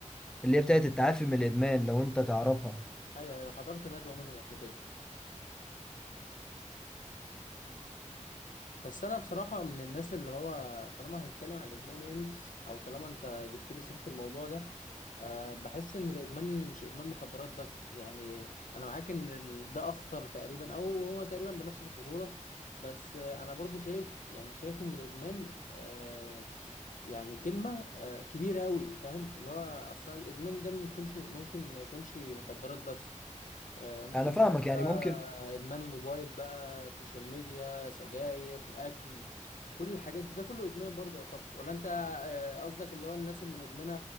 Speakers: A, in the centre; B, on the left.
A: اللي هي بتاعت التعافي من الادمان لو انت تعرفها
B: أيوه أيوه حضرت ندوة منهم قبل كده بس انا بصراحه من الناس اللي هو طالما هنتكلم عن الادمان يعني او طالما انت جبت لي سيره الموضوع ده أه بحس ان الادمان مش ادمان مخدرات بس يعني انا معاك ان ال- ده اخطر تقريبا او هو تقريبا بنفس الخطوره بس آه، انا برضو شايف يعني شايف ان الادمان أه يعني كلمه أه كبيره قوي فاهم اللي هو اصلا الادمان ده ممكنش ممكن ما يكونش مخدرات بس آه، ممكن
A: انا
B: يكون
A: فاهمك يعني
B: بقى
A: ممكن
B: ادمان موبايل بقى سوشيال ميديا سجاير اكل كل الحاجات دي ده كله ادمان برضه يعتبر ولا انت آه، قصدك اللي هو الناس اللي مدمنه